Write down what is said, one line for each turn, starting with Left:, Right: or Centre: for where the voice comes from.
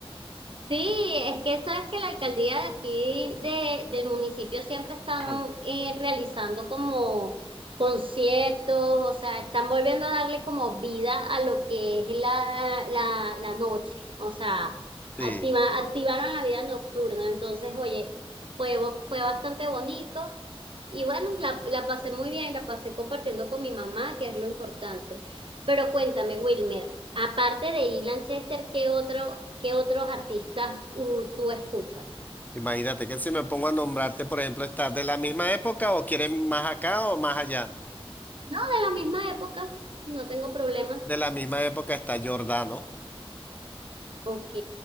Right: Sí, es que sabes que la alcaldía de aquí de, del municipio siempre están
Left: <clears throat>
Right: eh, realizando como conciertos, o sea, están volviendo a darle como vida a lo que es la, la, la noche, o sea,
Left: Sí.
Right: activa- activaron la vida nocturna, entonces, oye, fue, bo- fue bastante bonito y bueno, la, la pasé muy bien, la pasé compartiendo con mi mamá, que es lo importante. Pero cuéntame, Wilmer, aparte de Ilan Chester, ¿qué otro, qué otros artistas uh, tú escuchas?
Left: Imagínate que si me pongo a nombrarte, por ejemplo, ¿estás de la misma época o quieres más acá o más allá?
Right: No, de la misma época, no tengo problema.
Left: De la misma época está Giordano.
Right: Ok.